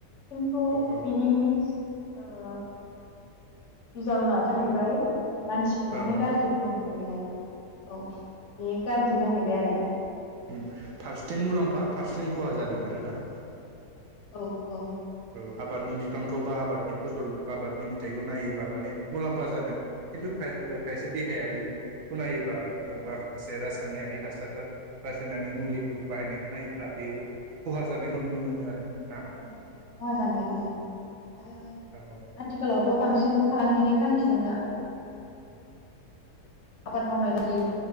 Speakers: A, on the left; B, on the right.
A: खिन्थु
B: औ
A: बिनि ओ बिजावना जाहैबाय मानसिखौहाय
B: औ
A: गाज्रि गोहोम खोलैनाय औ बेयो गारजि जाहै बे आरो।
B: उम फारसेथिं मुलाम्फा फारसेथिं खहा जादों आरो ना।
A: औ औ।
B: औ आबादनि बिबांखौ बा आबादनि फसल आबादनि बिथाइखौ नायोबा माने मुलाम्फा जादों खिन्तु खाय-खायसे देहायारिखो नायोबा ओ माखासे रासायनारि हासारजों रासायनारि मुलिफोरखौ बाहायनायखौ नायोब्ला बेयाव खहा जानायखौ नुनो मोनो आरो। हा
A: औ खहा जानाय ओं आरो
B: औ
A: आथिखालावथ' बांसिन फालांगि बे थांखिजोंनो आबाद मावनाय बादि